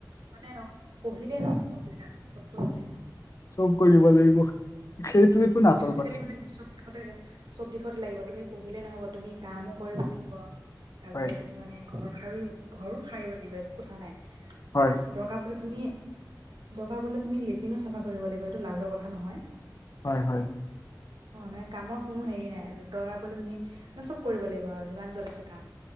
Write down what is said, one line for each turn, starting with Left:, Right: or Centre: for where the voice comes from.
Right: মানে পঢ়িলেই নহব বুইছা চব কৰিব লাগিব।
Left: চব কৰিব লাগিব সেইটোৱে
Right: উম,
Left: টোন আচল
Right: আজিকালি
Left: কথা।
Right: মানে চব দিশতে চব দিশতে লাগিব, তুমি পঢ়িলে নহব তুমি কামো কৰিব লাগিব। তাৰপিছত
Left: হয়
Right: তুমি মানে ঘৰ সাৰ ঘৰো সাৰিব লাগিব একো কথা নাই।
Left: হয়।
Right: দৰকাৰ পৰিলে তুমি দৰকাৰ পৰিলে তুমি লেট্ৰিনো চাফা কৰিব লাগিব সেইটো লাজৰ কথা নহয়।
Left: হয় হয়।
Right: অ মানে কামৰ কোনো হেৰি নাই, দৰকাৰ পৰিলে তুমি মানে চব কৰিব লাগিব আও যিমান য'ত আছে কাম।